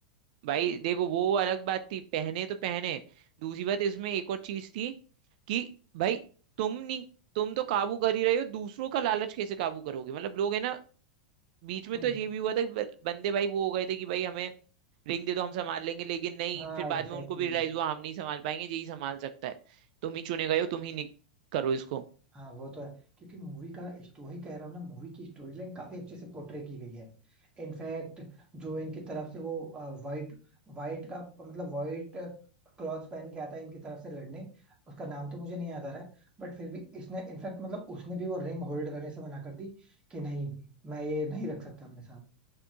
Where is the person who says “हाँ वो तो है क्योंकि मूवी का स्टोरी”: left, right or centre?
Right